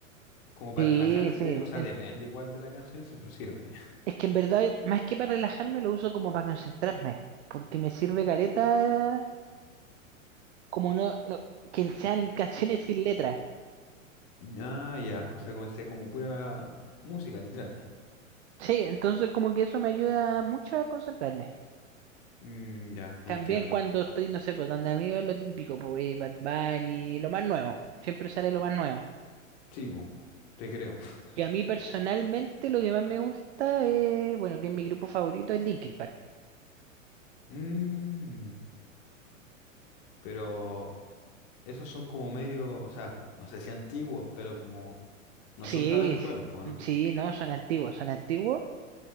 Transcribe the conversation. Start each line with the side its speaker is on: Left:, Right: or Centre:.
Left: como para
Right: Sí,
Left: relajarse,
Right: sí.
Left: o sea,
Right: en-
Left: depende igual de la canción, sí, pero sirve. <laughs>
Right: Es que en verdad, más que para relajarme, lo uso como para concentrarme, porque me sirve caleta como no, no que sean canciones sin letra.
Left: Ah, ya, o sea, comencé como pura música, literal.
Right: Sí, entonces como que eso me ayuda mucho a concentrarme.
Left: Mm, ya,
Right: También
Left: entiendo.
Right: cuando estoy, no sé, pues donde amigos lo típico, pues Bad Bunny, lo más nuevo. Siempre sale lo más nuevo.
Left: Sí, po, te creo. <laughs>
Right: Y a mí personalmente lo que más me gusta es, bueno, que es mi grupo favorito es Linkin Park.
Left: Mm, pero esos son como medio, o sea, no sé si antiguos, pero como no
Right: Sí,
Left: son tan actuales,
Right: s-
Left: pues, ¿no?
Right: sí, no, son antiguos, son antiguos.